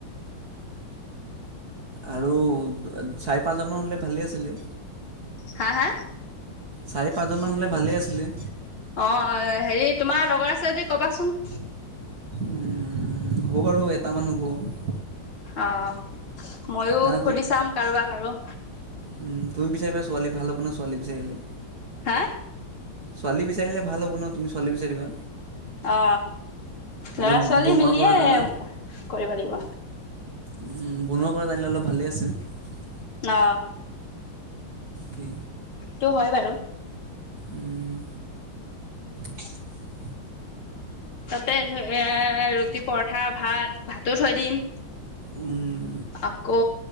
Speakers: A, on the right; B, on the left.
A: আৰু চাৰি পাঁচজনমান হ'লে ভালেই আছিলে।
B: হা হা?
A: চাৰি পাঁচজন মান হ'লে ভালেই আছিলে।
B: অ হেৰি তোমাৰ লগৰ আছে যদি কবাচোন।
A: উম হ'ব বাৰু এটামান হ'ব।
B: অ মইয়ো
A: নাই
B: সুধি চাম কাৰোবাক আৰু।
A: উম তুমি বিচাৰিবা ছোৱালী, ভাল হ'ব ন ছোৱালী বিচাৰিলে।
B: হা
A: ছোৱালী বিচাৰিলে ভাল হ'ব ন তুমি ছোৱালী বিচাৰিবা।
B: অ ল'ৰা
A: অলপ
B: ছোৱালী
A: বনোৱা
B: মিলিয়ে
A: কৰা জানা
B: কৰিব লাগিব।
A: উ বনোৱা কৰা জানিলে অলপ ভালেই আছিলে।
B: অ।
A: কি
B: টো হয় বাৰু।
A: উম <inaudible>
B: তাতে ধ এ--আৰু ৰুটি পৰঠা ভাত ভাতো থৈ দিম।
A: উম।
B: আকৌ